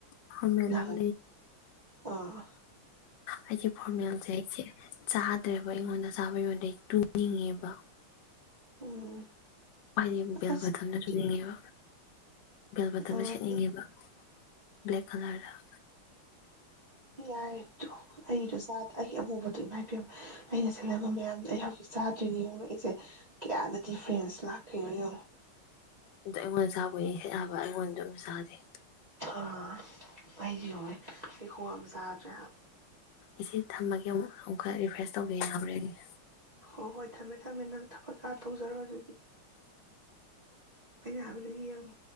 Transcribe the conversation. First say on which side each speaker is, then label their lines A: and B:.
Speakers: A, on the left; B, on the right.
A: ꯐꯣꯔꯃꯦꯜ
B: ꯅꯪ
A: ꯑꯃ
B: ꯑꯥ
A: ꯑꯩꯒꯤ ꯐꯣꯔꯃꯦꯜꯁꯦ ꯁꯦꯠꯂꯦ ꯆꯥꯗ꯭ꯔꯦꯕ ꯑꯩꯉꯣꯟꯗ ꯆꯥꯕ ꯌꯉꯣꯟꯗꯩ ꯇꯨꯡꯅꯤꯡꯉꯦꯕ
B: ꯎꯝ
A: ꯑꯩꯕ
B: ꯑꯁ
A: ꯊꯝꯅꯁꯨꯕ ꯕꯦꯜ ꯕꯇꯟꯗ
B: ꯑꯥ
A: ꯁꯦꯠꯅꯤꯡꯉꯦꯕ ꯕ꯭ꯂꯦꯛ ꯀꯂꯔꯗ
B: ꯌꯥꯏꯗꯣ ꯑꯩꯗꯣ ꯆꯥꯗ ꯑꯩꯒꯤ ꯑꯃꯨꯕꯗꯣ ꯏꯃꯥꯏ ꯄꯕ ꯑꯩꯅ ꯁꯤꯜꯂꯝꯕ ꯃꯌꯥꯝꯗꯣ ꯑꯩ ꯍꯧꯖꯤꯛ ꯆꯥꯗ꯭ꯔꯤꯅꯤ ꯌꯦꯡꯑꯣ ꯑꯩꯁꯦ ꯀꯌꯥꯅ ꯗꯤꯐ꯭ꯔꯦꯟꯁ ꯂꯥꯛꯈꯣꯏꯅꯣ ꯌꯦꯡꯉꯣ
A: ꯑꯗꯣ ꯑꯩꯉꯣꯟꯗ ꯆꯥꯕ ꯑꯣꯏꯗꯤ ꯍꯦꯛ ꯌꯥꯕ ꯑꯗꯣ ꯑꯩꯉꯣꯟꯗ ꯑꯝ ꯆꯥꯗꯦ
B: ꯑꯥ ꯑꯩ ꯌꯦꯡꯉꯣꯅꯦ ꯑꯩꯈꯣꯡꯝ ꯆꯥꯗ꯭ꯔꯦ ꯍꯥꯏꯕ
A: ꯏꯆꯦ ꯊꯝꯃꯒꯦ ꯑꯃꯨꯛ ꯑꯃꯨꯛꯀ ꯔꯤꯐ꯭ꯔꯦꯁ ꯇꯧꯒꯦ ꯌꯥꯕꯔꯥ ꯌꯦꯡꯒꯦ꯫
B: ꯍꯣ ꯍꯣꯏ ꯊꯝꯃꯦ ꯊꯝꯃꯦ ꯅꯪ ꯊꯕꯛꯀꯥ ꯇꯧꯖꯔꯣ ꯑꯗꯨꯗꯤ ꯑꯩꯅ ꯍꯥꯏꯕꯗꯨ ꯌꯦꯡꯉꯣ